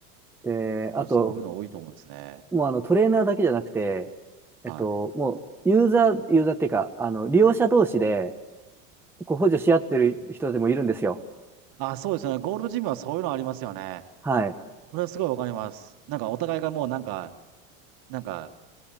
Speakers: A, in the centre; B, on the right (about 55°).
A: で、
B: でも、
A: あと、
B: そういうの多いと思うんですね。
A: もうあのトレーナーだけじゃなくて、
B: はい。
A: えっと、もうユーザー、ユーザーっていうか、あの、利用者同士で、こう補助し合ってる人でもいるんですよ。
B: あ、そうですよね。ゴールドジムはそういうのありますよね。
A: はい。
B: それはすごいわかります。なんかお互いがもうなんか、なんか、